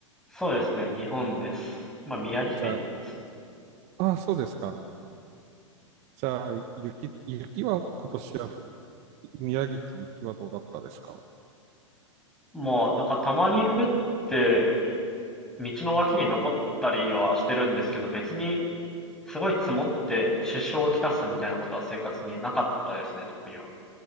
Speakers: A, in the centre; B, on the right (about 40°).
A: そうですね。日本です。まあ、宮城県にす。
B: じゃあ、あ、そうですか。じゃあ、雪、雪は今年はふ、宮城って雪はどうだったですか
A: まあ、なんかたまに降って、道の脇に残ったりはしてるんですけど、別にすごい積もって支障をきたすみたいなことは生活になかったですね、特には。